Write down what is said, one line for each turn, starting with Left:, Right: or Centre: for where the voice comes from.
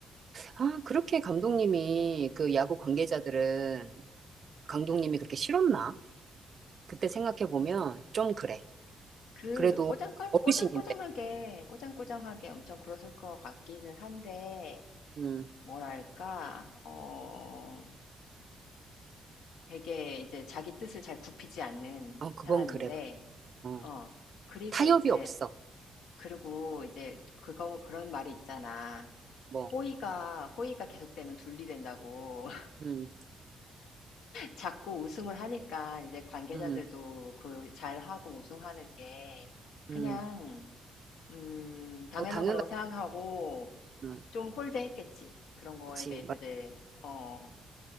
Right: 아, 그렇게 감독님이, 그 야구 관계자들은 감독님이 그렇게 싫었나? 그때 생각해보면 좀 그래.
Left: 그
Right: 그래도
Left: 꼬장꼬
Right: 어르신인데,
Left: 꼬장꼬장하게 꼬장꼬장하게 엄청 굴었을 것 같기는 한데
Right: 응,
Left: 뭐랄까 어 되게 이제 자기 뜻을 잘 굽히지 않는
Right: 어, 그건
Left: 사람인데
Right: 그래. 어,
Left: 어 그리고
Right: 타협이
Left: 이제
Right: 없어.
Left: 그리고 이제 그거 그런 말이 있잖아.
Right: 뭐,
Left: 호의가 호의가 계속되면 둘리 된다고.
Right: 응,
Left: 자꾸 우승을 하니까 이제 관계자들도
Right: 응,
Left: 그 잘하고 우승하는 게 그냥
Right: 응.
Left: 음, 당연한
Right: 뭐, 당연하고,
Left: 거라고 생각하고
Right: 응,
Left: 좀 홀대했겠지. 그런 거에
Right: 그치.
Left: 대해서
Right: 맞죠.
Left: 이제 어,